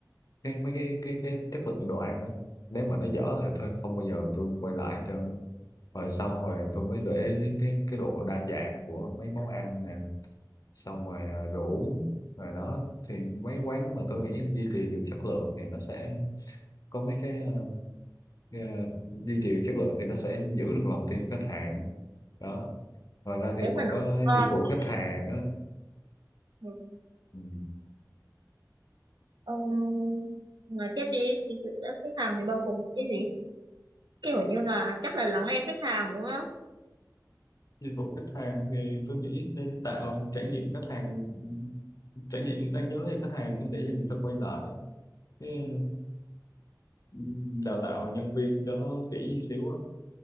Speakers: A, on the left; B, on the right.
A: cái mấy cái cái cái chất lượng đồ ăn đó nếu mà nó dở thì thôi không bao giờ tôi quay lại hết trơn rồi xong rồi tôi mới để ý đến cái cái độ đa dạng của mấy món ăn nè xong rồi ờ, đồ uống rồi đó thì mấy quán mà tôi nghĩ duy trì được chất lượng thì nó sẽ có mấy cái ờ, cái, ờ, duy trì được chất lượng thì nó sẽ giữ được lòng tin của khách hàng đó đó, ngoài ra thì
B: nếu
A: còn
B: mà nó
A: có
B: không ngon
A: dịch vụ khách
B: thì
A: hàng á
B: ừ,
A: ừ.
B: ông nói tiếp đi thì sự đã khách hàng thì bao gồm cái gì? Kiểu như là chắc là lắng nghe khách hàng đúng không?
A: dịch vụ khách hàng thì tôi nghĩ nên tạo trải nghiệm khách hàng trải nghiệm đáng nhớ thì khách hàng để cho người ta quay lại cái ừm, đào tạo nhân viên cho kỹ xíu á.